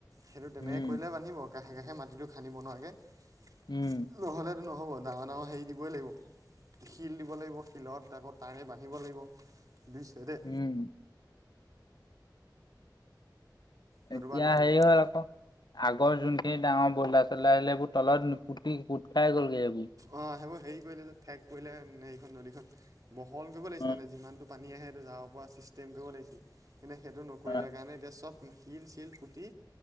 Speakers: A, on the right; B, on the left.
A: সেইটো তেনেকৈ
B: উম
A: কৰিলে বান্ধিব কাষে কাষে মাটিটো খান্দিব নোৱাৰাকে
B: উম।
A: নহ'লেতো নহ'ব ডাৰ ডাঙৰ হেই দিবই লাগিব শিল দিব লাগিব শিলত আকৌ তাঁৰে বান্ধিব লাগিব দুই চাইডে
B: উম।
A: নতুবা
B: এতিয়া
A: নহ'ব
B: সে হ'ল আকৌ আগৰ যোনখিনি ডাঙৰ বদলাৰ চলদাৰ আছিলে এইবোৰ তলত পুতি পোট খাই গ'লগে এইবোৰ
A: অ', সেইবোৰ হেৰি কৰিলে যে ঠেক কৰিলে সেইখন নদীখন বহল কৰিব লাগিছিলে
B: অ',
A: যিমানটো পানী আহে সেইটো যাব পৰা ছিষ্টেম কৰিব লাগিছিলে কিন্তু সেইটো নকৰিলে
B: অ',
A: কাৰণে এতিয়া চব শিল চিল পুটি